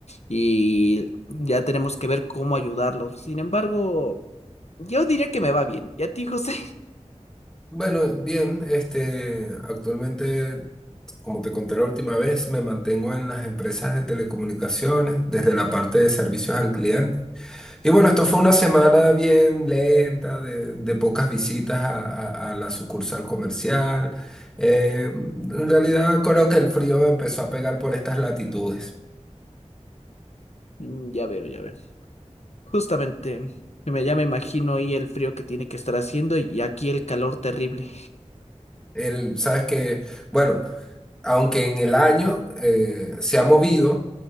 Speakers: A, on the left; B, in the centre.
A: Y ya tenemos que ver cómo ayudarlos. Sin embargo, yo diría que me va bien. ¿Y a ti, José?
B: Bueno, bien, este, actualmente, como te conté la última vez, me mantengo en las empresas de telecomunicaciones, desde la parte de servicios al cliente. Y bueno, esto fue una semana bien lenta, de, de pocas visitas a, a- a la sucursal comercial. Eh, en realidad creo que el frío empezó a pegar por estas latitudes.
A: Mm, Ya veo, ya veo. Justamente, me, ya me imagino ahí el frío que tiene que estar haciendo y aquí el calor terrible.
B: El, sabes que, bueno, aunque en el año eh, se ha movido,